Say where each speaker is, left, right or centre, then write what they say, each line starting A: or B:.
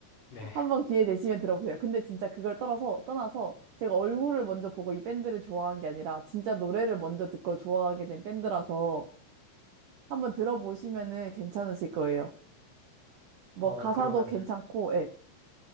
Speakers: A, on the left; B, on the right.
A: 네.
B: 한번 기회 되시면 들어보세요. 근데 진짜 그걸 떠나서, 떠나서 제가 얼굴을 먼저 보고 이 밴드를 좋아한 게 아니라 진짜 노래를 먼저 듣고 좋아하게 된 밴드라서 한번 들어보시면은 괜찮으실 거예요. 뭐
A: 어,
B: 가사도
A: 그러면
B: 괜찮고, 예.